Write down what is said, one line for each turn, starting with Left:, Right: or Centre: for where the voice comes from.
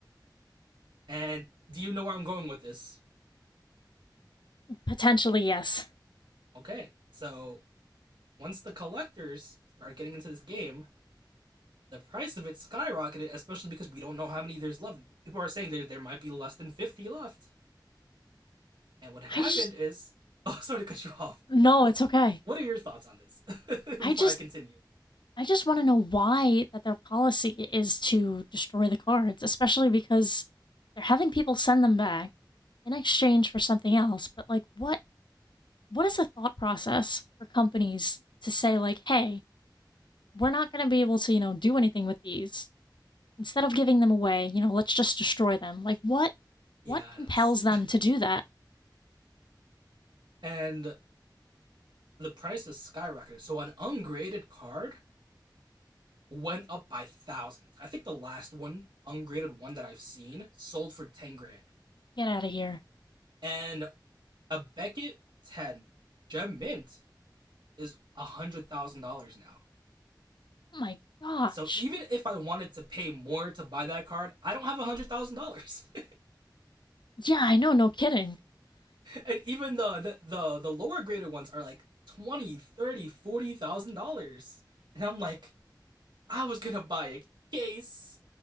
Right: And do you know where I'm going with this?
Left: Potentially, yes.
Right: Okay, so once the collectors started getting into this game, the price of it skyrocketed, especially because we don't know how many there's left. People are saying there there might be less than 50 left. And what had happened
Left: I just.
Right: is, <laughs> oh, sorry to cut you off.
Left: No,
Right: What
Left: it's okay.
Right: what are your thoughts on this? <laughs> Before
Left: I just.
Right: I continue.
Left: I just want to know why that their policy is to destroy the cards, especially because they're having people send them back in exchange for something else. But like, what what is the thought process for companies to say like, "Hey, we're not going to be able to, you know, do anything with these. Instead of giving them away, you know, let's just destroy them. Like what
Right: Yes.
Left: what compels them to do that?
Right: And the price has skyrocketed. So an ungraded card went up by thousands. I think the last one, ungraded one that I've seen, sold for 10 grand.
Left: Get out of here.
Right: And a Beckett 10 gem mint is $100,000 now.
Left: Oh my gosh.
Right: So even if I wanted to pay more to buy that card, I don't have $100,000. <laughs>
Left: Yeah, I know, no kidding.
Right: and even the, the the the lower graded ones are like 20, thousand dollars, 30, 40,000 dollars. forty thousand dollars. And I'm like, I was going to buy a case